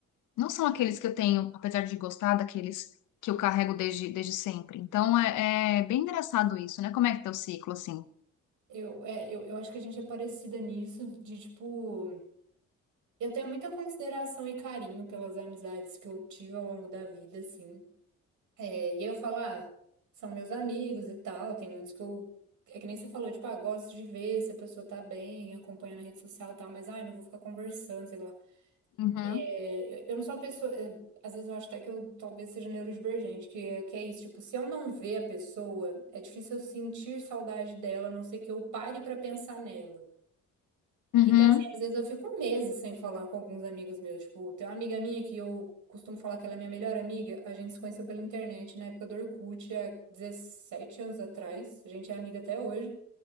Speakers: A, on the left; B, on the right.
A: não são aqueles que eu tenho, apesar de gostar, daqueles que eu carrego desde, desde sempre. Então é, é bem engraçado isso, né? Como é que é o ciclo, assim?
B: Eu, é, eu, eu acho que a gente é parecida nisso, de tipo, eu tenho muita consideração e carinho pelas amizades que eu tive ao longo da vida, assim. É, e aí eu falo, ah, são meus amigos e tal, tem muitos que eu. É que nem você falou, tipo, ah, gosto de ver se a pessoa tá bem, acompanha na rede social e tal, mas ai, não vou ficar conversando, sei lá.
A: Uhum,
B: É, eu não sou uma pessoa. eu- às vezes eu acho até que eu talvez seja neurodivergente, que, que é isso. Tipo, se eu não ver a pessoa, é difícil eu sentir saudade dela, a não ser que eu pare pra pensar nela.
A: uhum,
B: Então, assim, às vezes eu fico meses sem falar com alguns amigos meus. Tipo, tem uma amiga minha que eu costumo falar que ela é minha melhor amiga. A gente se conheceu pela internet na época do Orkut, há 17 anos atrás. A gente é amiga até hoje.